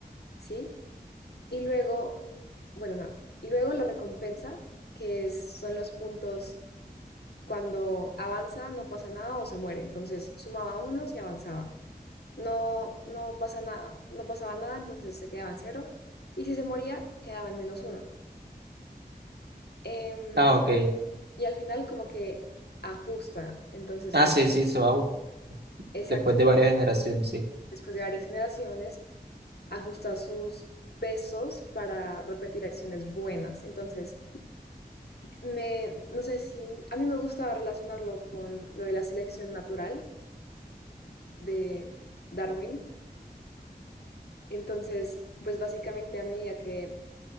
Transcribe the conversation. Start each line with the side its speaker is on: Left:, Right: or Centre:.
Left: ¿sí? Y luego, bueno, nada. Luego la recompensa, que es- son los puntos cuando avanza, no pasa nada o se muere. Entonces sumaba unos y avanzaba. No, no pasa nada, no pasaba nada, entonces se quedaba en cero. Y si se moría, quedaba en menos uno. Em,
Right: Ah, ok.
Left: y al final como que ajusta. Entonces,
Right: Ah,
Left: como,
Right: sí, sí, se va ju-
Left: exacto,
Right: después de varias generaciones, sí.
Left: después de varias generaciones ajustar sus pesos para repetir acciones buenas. Entonces, me, no sé si, a mí me gusta relacionarlo con lo de la selección natural de Darwin. Entonces, pues básicamente a medida que